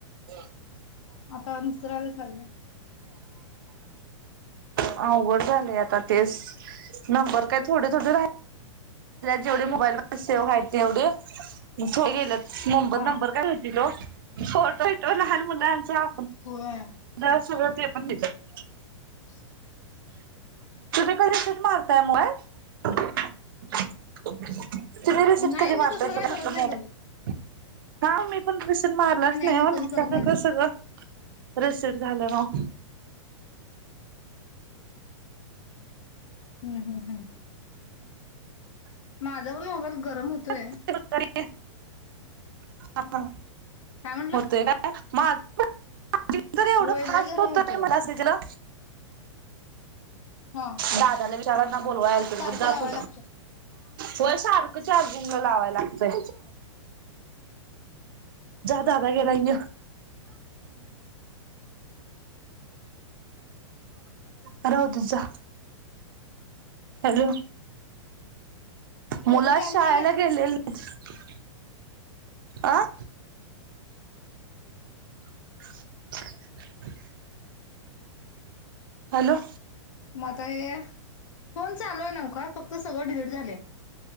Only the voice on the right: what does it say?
हो.
अवघड झालेय आता तेच नंबर काय थोडे-थोडे राहि जेवढे मोबाईलमध्ये सेव्ह आहेत तेवढे. थोडे गेलेत. नंबर-नंबर
काय हो. हॅलो. फोटो येतो लहान मुलांचा.
द सगळ ते पण आपण देतात.
तुम्ही कधी शट मारताय मोबाईल? <unintelligible> तुम्ही रीसीट
कधी
मारताय
सा
घरातला
मोबाइल.
का मी? फोन कशन मारलाच नाही
ओ,
तुमच्या
सारख
सगळं. रसेट झालं राव.
आज दुपारी. हा हा.
होतोय काय? माझ पणं चार्जिंग तर एवढं
फास्ट
होत,
ते मला थ्री जी ला.
दादाला विचाराना बोलवायला त
मग जा
तू
हो सारखं चार्जिंगला लावा लागतंय. ज गेलाय हह दुजा हॅलो.
मुला शाळेला
गेले <unintelligible> आं. <unintelligible>
हॅलो.